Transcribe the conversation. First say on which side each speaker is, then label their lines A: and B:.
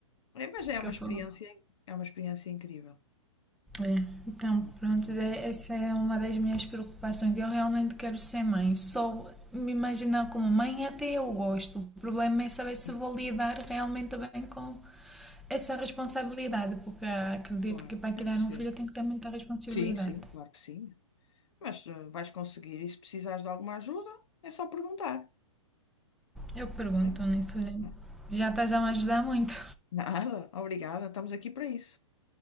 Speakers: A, on the left; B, in the centre.
A: É, mas é
B: Que
A: uma experiência,
B: fofa.
A: é uma experiência incrível.
B: É, então,
A: É Uma experiência
B: pronto,
A: incrível.
B: é- essa é uma das minhas preocupações. Eu realmente quero ser mãe. Só me imaginar como mãe até eu gosto. O problema é saber se
A: Sim,
B: vou lidar realmente bem com essa responsabilidade, porque acredito
A: claro,
B: que para criar
A: eu percebo.
B: um filho tem que ter muita responsabilidade.
A: Sim, sim, claro que sim. Mas eh, vais conseguir. E se precisares de alguma ajuda, é só perguntar.
B: Eu pergunto
A: Bem,
B: nisso, olha,
A: na-
B: já estás a me ajudar muito.
A: Nada, obrigada, estamos aqui para isso.